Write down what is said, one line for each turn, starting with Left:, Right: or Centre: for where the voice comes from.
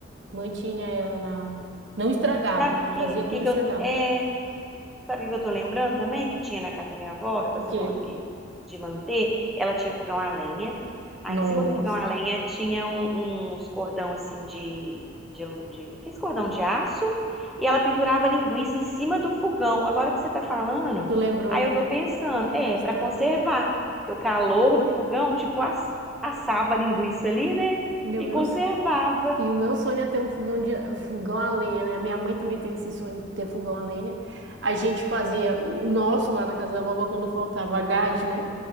Right: mantinha ela na. Não estragava,
Centre: Sabe
Right: ela
Centre: o
Right: fazia
Centre: que,
Right: que
Centre: que,
Right: não
Centre: que
Right: estragava.
Centre: eu. É, Sabe o que que eu tô lembrando também? Que tinha na casa da minha avó, que agora
Right: O
Centre: você
Right: quê?
Centre: tá falando que de manter, ela tinha fogão a lenha. Aí
Right: Nossa,
Centre: em cima do fogão a lenha tinha um- uns cordão assim de, de, alu- de. Aqueles cordão de aço. E ela pendurava linguiça em cima do fogão. Agora que você tá falando,
Right: tu lembrou,
Centre: aí
Right: né?
Centre: eu tô pensando, é,
Right: Na história.
Centre: pra conservar. Porque o calor do fogão, tipo, ass- assava a linguiça ali, né?
Right: Meu
Centre: E
Right: Deus.
Centre: conservava.
Right: E o meu sonho é ter um fogão de fogão a lenha, né? Minha mãe também tem esse sonho de ter fogão a lenha. A gente fazia o nosso lá na casa da vovó quando faltava gás, né?